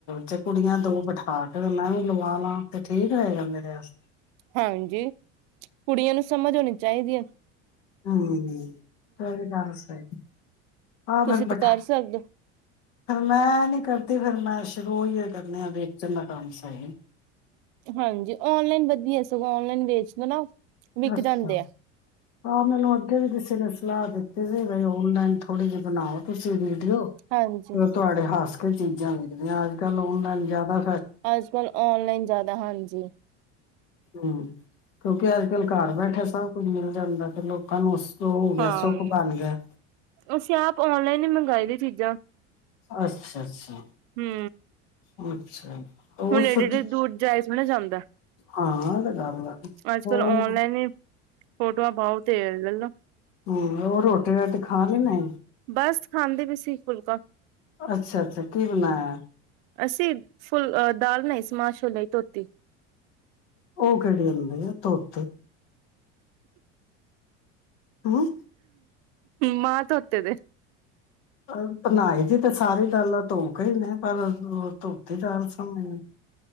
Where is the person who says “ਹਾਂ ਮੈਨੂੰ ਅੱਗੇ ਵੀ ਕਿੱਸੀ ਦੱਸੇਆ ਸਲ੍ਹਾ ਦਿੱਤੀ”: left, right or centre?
Left